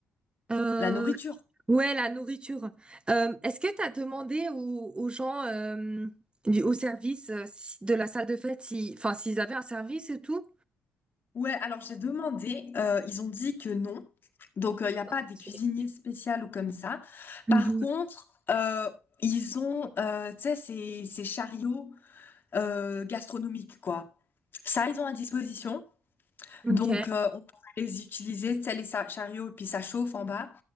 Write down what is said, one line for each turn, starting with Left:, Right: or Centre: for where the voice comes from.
Right: euh,
Left: La nourriture.
Right: ouais la nourriture Euh, est-ce que t'as demandé aux, aux gens euh, du- au service euh, si- de la salle de fête si enfin s'ils avaient un service et tout
Left: Ouais, alors j'ai demandé, euh, ils ont dit que non. Donc, euh, il n'y a pas
Right: Ok.
Left: des cuisiniers spéciaux ou comme ça.
Right: Mhm.
Left: Par contre, euh, ils ont, euh, tu sais, ces, ces chariots euh, gastronomiques, quoi. Ça, ils ont à disposition.
Right: Ok.
Left: Donc, euh, on pourrait les utiliser, tu sais, les sa- chariots, et puis ça chauffe en bas.